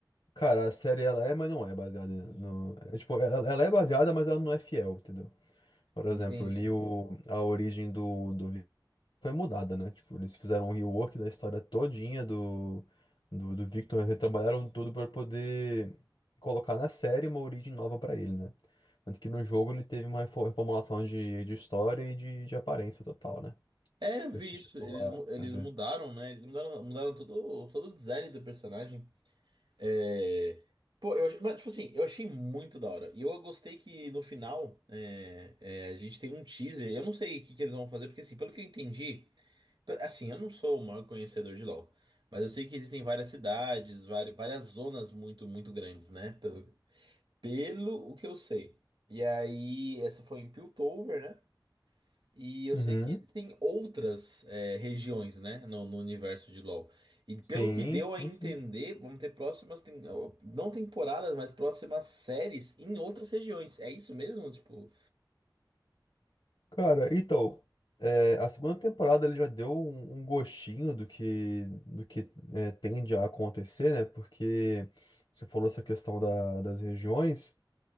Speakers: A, on the left (about 80°); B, on the right (about 70°).
A: Cara, a série ela é, mas não é baseada no. é, tipo, ela, ela é baseada, mas ela não é fiel, entendeu? Por exemplo,
B: Entendi.
A: ali o, a origem do, do Victor foi mudada, né? Tipo, eles fizeram um rework da história todinha do, do, do Victor, retrabalharam tudo pra poder colocar na série uma origem nova pra ele, né? Tanto que no jogo ele teve uma refo- reformulação de, de história e de, de aparência total, né? Não
B: É, eu vi
A: sei se você
B: isso.
A: chegou
B: Eles,
A: a,
B: mu- eles
A: a ver.
B: mudaram, né? Eles mudaram, mudaram todo, todo o design do personagem. É, Pô, eu, ach- mas, tipo assim, eu achei muito da hora. E eu gostei que no final é, é, a gente tem um teaser. Eu não sei o que, que eles vão fazer, porque assim, pelo que eu entendi, pe- assim, eu não sou o maior conhecedor de LoL, mas eu sei que existem várias cidades, vari- várias, zonas muito, muito grandes, né? Pelo, pelo o que eu sei. E aí, essa foi em Piltover, né? E eu
A: Uhum.
B: sei que existem outras é, regiões, né, no, no universo de LoL. E pelo
A: Sim,
B: que deu
A: sim,
B: a entender,
A: sim.
B: vamos ter próximas, tem- não temporadas, mas próximas séries em outras regiões. É isso mesmo? Tipo,
A: Cara, então, é, a segunda temporada ele já deu um, um gostinho do que, do que é, tende a acontecer, né? Porque você falou essa questão da- das regiões.